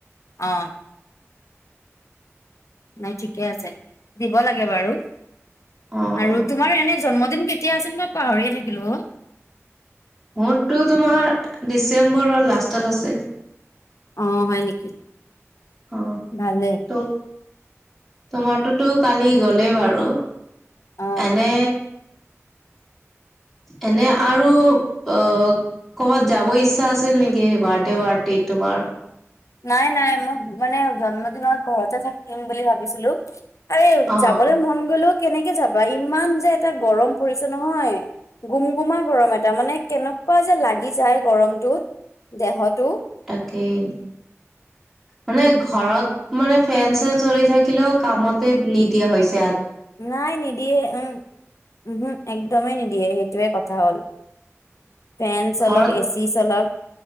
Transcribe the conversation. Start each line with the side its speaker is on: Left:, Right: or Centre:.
Left: অ নাই ঠিকে আছে, দিব লাগে বাৰু
Centre: অ
Left: আৰু
Centre: অ
Left: তোমাৰো এনে জন্মদিন কেতিয়া আছিল মই পাহৰিয়ে থাকিলো অ।
Centre: মোৰতটো তোমাৰ ডিচেম্বৰৰ লাষ্টত আছে।
Left: অ হয় নেকি?
Centre: অ
Left: ভালেই
Centre: ত তোমাৰতো ত কালি গলেই বাৰু।
Left: অ
Centre: এনে এনে আৰু অ কৰ'বাত যাব ইচ্ছা আছিল নেকি বাৰ্থডে পাৰ্টিটো তোমাৰ
Left: নাই নাই মই মানে জন্মদিনত ঘৰতে থাকিম বুলি ভাবিছিলো। আৰে
Centre: অ
Left: যাবলৈ মন গলেও কেনেকে যাবা ইমান যে এটা গৰম পৰিছে নহয়। গুম গুমাই গৰম এটা মানে কেনেকুৱা যে লাগি যায় গৰমটোত। দেহটো
Centre: এই মানে ঘৰত মানে ফেন চেন চলি থাকিলেও কামতে নিদিয়া হৈছ-
Left: নাই নিদিয়ে উম উহো একদমেই নিদিয়ে সেইটোয়ে কথা হ'ল। ফেন চলগ
Centre: ঘৰত
Left: এ চি চলগ।